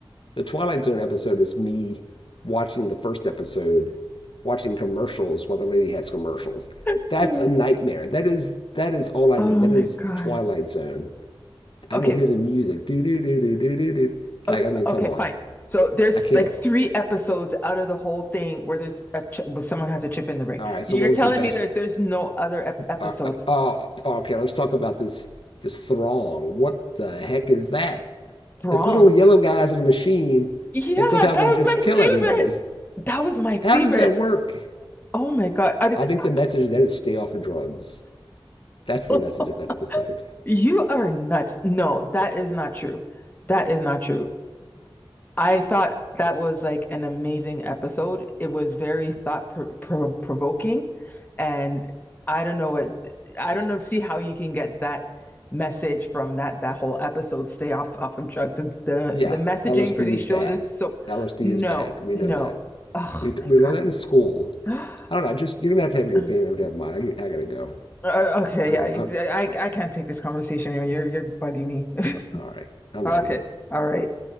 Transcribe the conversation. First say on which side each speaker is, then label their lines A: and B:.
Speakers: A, on the left; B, on the left.
A: the Twilight Zone episode is me watching the first episode, watching commercials while the lady has commercials.
B: <laughs>
A: That's a nightmare. That is that is all I
B: Oh
A: need. That
B: my
A: is
B: God.
A: Twilight Zone. I
B: Okay,
A: can hear
B: s-
A: the music. Do do do do do do do.
B: o-
A: Like I mean, come
B: okay,
A: on.
B: fine. So there's
A: I can't.
B: like three episodes out of the whole thing where there's a chip, where someone has a chip in the brain.
A: All right.
B: You're
A: So what
B: telling
A: was the best?
B: me there's there's no other ep episodes.
A: Uh, uh, oh, okay. Let's talk about this this throng. What the heck is that?
B: Wrong.
A: It's little yellow guys in a machine,
B: Yeah,
A: and somehow
B: that was
A: they just
B: my
A: kill
B: favorite.
A: everybody.
B: That was my favorite.
A: How does that work?
B: Oh my God. I did,
A: I think
B: I,
A: the message is that that is stay off of drugs. That's the
B: no.
A: message of that episode.
B: <laughs> You are nuts. No, that is not true. That is not true. I thought that was like an amazing episode. It was very thought pro pro provoking, and I don't know what I don't know see how you can get that message from that that whole episode. Stay off off of drugs. The
A: Yeah,
B: the, messaging
A: LSD
B: for these
A: is
B: shows
A: bad.
B: is so
A: LSD
B: no
A: is bad. We
B: no.
A: know that.
B: Oh
A: We,
B: my
A: we learned that in school.
B: God.
A: I don't know. Just you're gonna have to have your
B: <gasps>
A: opinion. I have to have mine. I, I gotta go.
B: Uh, okay,
A: I
B: yeah,
A: gotta. I,
B: I
A: I,
B: I can't take this conversation anymore. You're you're bugging me. <laughs>
A: all right. I'm
B: Okay,
A: out of here.
B: all right.